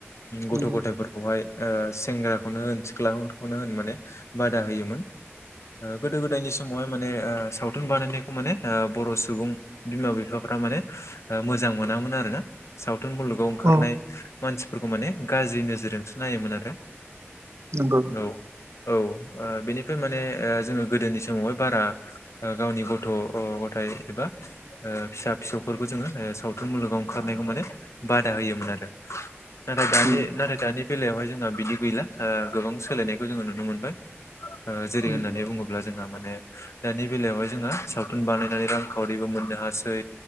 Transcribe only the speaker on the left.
गथ'
गथायाइफोरखौहाय। ओ सेंग्राखौनो होन सिख्लाफोरखौनो होन माने बादा होयोमोन। ओ गोदो गोदायनि समावहाय माने ओ सावथुन बानायनायखौ माने ओ बर' सुबुं बिमा फोरा माने मोजां मोनामोन आरोना सावथुन मुलुगाव ओंखारनाय
मानसि फोरखौ माने गाज्रि नोजोरजोंसो नायोमोन आरो।
औ औ ओ बेनिफ्राय माने ओ जोङो गोदोनि समावहाय बारा ओ गावनि गथ' अ गथायाइ एबा ओ फिसा फिसौफोरखौ जोङो सावथुन मुलुगाव ओंखारनायखौ माने बादा होयोमोन आरो। नाथाय दानि
नाथाय दानि बेलायावहाय जोंहा बिदि गैला ओ गोबां सोलायनायखौ जोङो नुनो मोनबाय। ओ जेरै
होननानै बुङोब्ला जोंहा माने दानि बेलायावहाय जोङो सावथुन बानायनानै रांखावरिबो मो मोननो हासै।